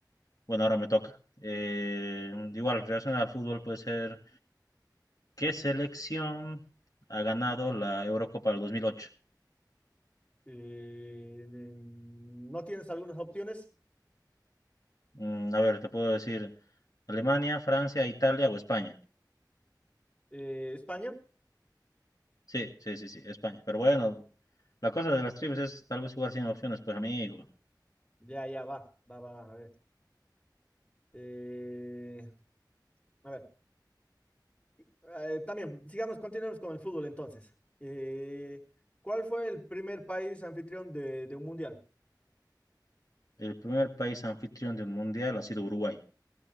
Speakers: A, on the left; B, on the left.
A: Bueno, ahora me toca. Eh, igual, relacionado al fútbol puede ser, ¿qué selección ha ganado la Eurocopa del 2008?
B: Eh, em, ¿no tienes algunas opciones?
A: Mm, a ver, te puedo decir Alemania, Francia, Italia o España.
B: Eh, ¿España?
A: Sí, sí, sí, sí, España. Pero bueno, la cosa de las trivias es tal vez jugar sin opciones, pues amigo.
B: Ya, ya, va, va, va, va, a ver. Eh, A ver, eh, también, sigamos, continuemos con el fútbol entonces. Eh, ¿cuál fue el primer país anfitrión de, de un mundial?
A: El primer país anfitrión de un mundial ha sido Uruguay.